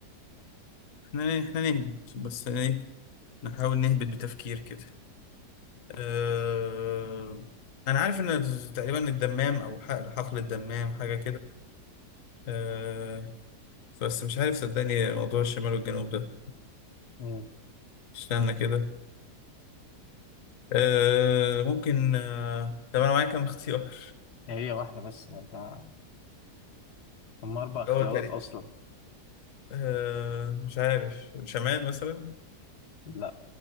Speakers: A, on the left; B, on the left.
A: احنا احنا نهبط بس ايه نحاول نهبط بتفكير كده أه... أنا عارف إن تقريبا الدمام أو حقل حقل الدمام حاجة كده بس مش عارف صدقني موضوع الشمال والجنوب ده
B: مم.
A: استنى كده آه ممكن آه طب انا معايا كام اختيار
B: هي واحدة بس ده انت هم اربع اختيارات
A: <laughs> هو تقريبا
B: اصلا
A: آه مش عارف شمال مثلا
B: لا